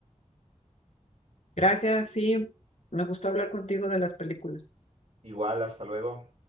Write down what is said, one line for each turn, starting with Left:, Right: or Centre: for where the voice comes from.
Left: Gracias, sí, me gustó hablar contigo de las películas.
Right: Igual, hasta luego.